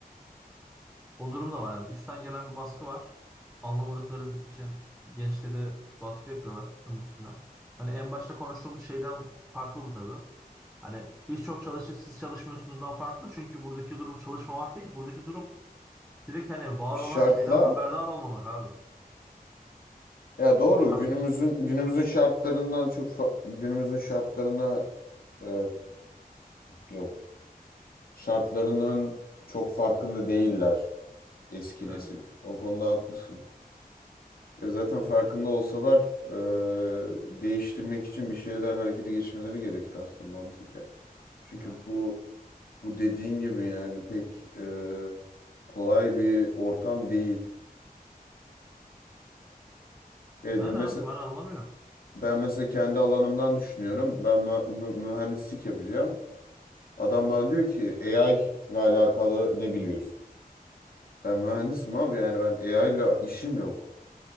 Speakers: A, in the centre; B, on the left.
A: O durum da var yani. Üstten gelen bir baskı var. Anlamadıkları için gençleri baskı yapıyorlar onun üstüne. Hani en başta konuştuğumuz şeyden farklı bu tabii. Hani biz çok çalıştık siz çalışmıyorsunuzdan farklı. Çünkü buradaki durum çalışmamak değil. Buradaki durum direkt hani var
B: Şartlar
A: olan şeyden haberdar olmamak abi.
B: ya doğru
A: Şans.
B: günümüzün günümüzün şartlarından çok fa- günümüzün şartlarına e, yok. Şartlarının çok farkında değiller eski
A: Evet
B: nesil. O konuda haklısın. Ya zaten farkında olsalar e, değiştirmek için bir şeyler harekete geçmeleri gerekir aslında mantıken. Çünkü
A: yani.
B: bu Bu dediğin gibi yani pek e, kolay bir ortam değil.
A: Yani
B: mesela
A: abi ben anlamıyorum.
B: ben mesela kendi alanımdan düşünüyorum. Ben mü- mü- mühendislik yapacağım. Adam bana diyor ki AI ile alakalı ne biliyorsun? Ben mühendisim abi yani ben AI ile işim yok.